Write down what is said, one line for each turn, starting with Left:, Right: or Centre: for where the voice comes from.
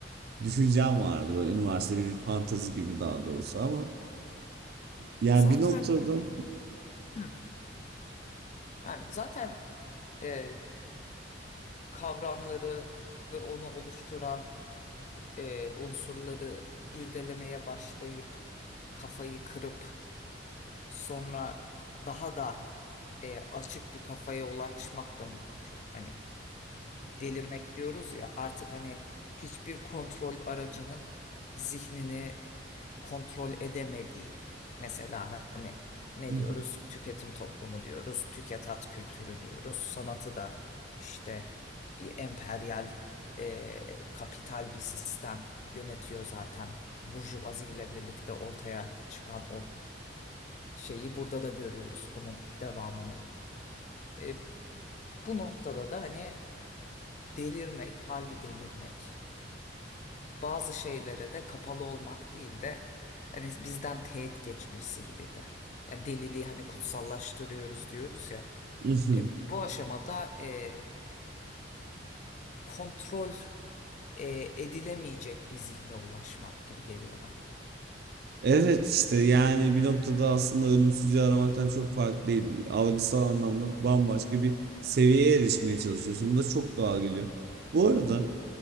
Right: düşüncem vardı. Böyle üniversite bir fantezi gibi daha doğrusu ama yani
Left: Zaten
Right: bir noktada
Left: hı. Yani zaten e, kavramları ve onu oluşturan e, unsurları irdelemeye başlayıp kafayı kırıp sonra daha da e, açık bir kafaya ulaşmak da mümkün. Hani delirmek diyoruz ya artık hani hiçbir kontrol aracının zihnini kontrol edemediği mesela hani
Right: <laughs>
Left: ne
Right: lütfen.
Left: diyoruz tüketim toplumu diyoruz tüketat kültürü diyoruz sanatı da işte bir emperyal e, kapital bir sistem yönetiyor zaten burjuvazi ile birlikte ortaya çıkan o şeyi burada da görüyoruz onun devamını. E, bu noktada da hani delirmek, harbi delirmek bazı şeylere de kapalı olmak değil de hani bizden teğet geçmesi gibi de. Yani deliliği hani kutsallaştırıyoruz diyoruz ya.
Right: <laughs>
Left: E, bu aşamada e, kontrol e, edilemeyecek bir zihne ulaşmak gibi geliyor bana.
Right: Evet işte yani bir noktada aslında ölümsüzlüğü aramaktan çok farklı değil. Algısal anlamda bambaşka bir seviyeye erişmeye çalışıyorsun. Bu da çok doğal geliyor. Bu arada